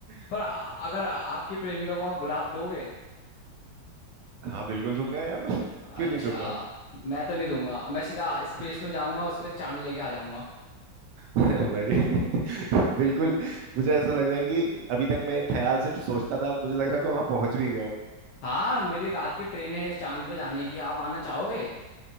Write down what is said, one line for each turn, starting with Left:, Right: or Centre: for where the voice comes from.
Right: <laughs>
Left: पर आ- अगर आपकी प्रेमिका को आप गुलाब दोगे
Right: हाँ बिल्कुल दूंगा यार <laughs>
Left: अच्छा
Right: क्यों नहीं दूंगा
Left: मैं तो नहीं दूंगा मैं सीधा
Right: <laughs>
Left: स्पेस में जाऊंगा उसके लिए चांद लेके आ जाऊंगा
Right: भाई बिल्कुल मुझे ऐसा लग रहा है कि अभी तक मैं ये ख्याल सिर्फ सोचता था अब मुझे लग रहा है मैं वहां पहुंच भी गया हूँ
Left: हाँ मेरी रात की ट्रेन है चांद पे जाने की आप आना चाहोगे